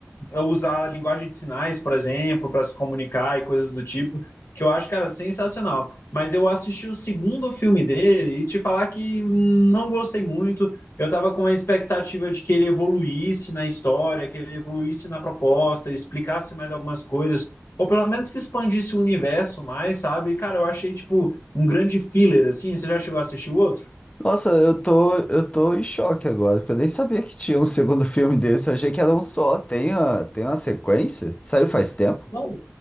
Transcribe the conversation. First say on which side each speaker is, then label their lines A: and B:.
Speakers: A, on the left; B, on the left.
A: usar linguagem de sinais, por exemplo, para se comunicar e coisas do tipo, que eu acho, cara, sensacional. Mas eu assisti o segundo filme dele e te falar que não gostei muito. Eu tava com uma expectativa de que ele evoluísse na história, que ele evoluísse na proposta, explicasse mais algumas coisas, ou pelo menos que expandisse o universo mais, sabe? E, cara, eu achei, tipo, um grande filler, assim. Você já chegou a assistir o outro?
B: Nossa, eu tô, eu tô em choque agora, porque eu nem sabia que tinha um segundo filme desse. Eu achei que era um só. Tem, a, tem uma sequência? Saiu faz tempo?
A: Não